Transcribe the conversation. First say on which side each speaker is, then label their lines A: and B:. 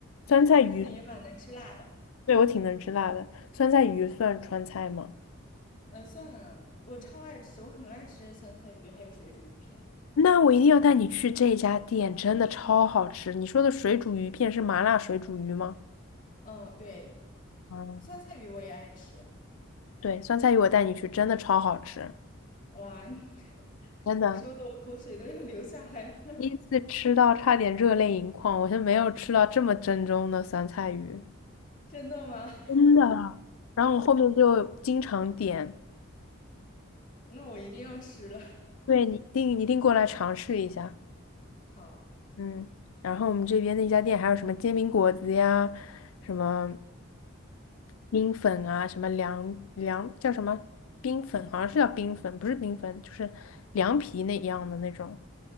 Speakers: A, on the left (about 80°); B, on the left (about 40°).
A: 酸菜鱼，
B: 那你也蛮能吃辣的。
A: 对，我挺能吃辣的。酸菜鱼算川菜吗？
B: 呃，算了，我超爱吃，我很爱吃酸菜鱼，还有水煮鱼片。
A: 那我一定要带你去这家店，真的超好吃。你说的水煮鱼片是麻辣水煮鱼吗？
B: 嗯，对，
A: 嗯，
B: 酸菜鱼我也爱吃。
A: 对，酸菜鱼我带你去，真的超好吃，
B: 哇，<laughs>
A: 真的。
B: 你说的我口水都要流下来了，
A: 第一次吃到差点热泪盈眶，我是没有吃到这么正宗的酸菜鱼。
B: <laughs> 真的吗？<laughs>
A: 真的啊然后我后面就经常点，
B: 那我一定要吃了。
A: 对，你一定一定过来尝试一下，
B: 好，
A: 嗯。然后我们这边那家店还有什么煎饼果子呀，什么冰粉啊，什么凉凉叫什么冰粉，好像是叫冰粉，不是冰粉，就是凉皮那一样的那种。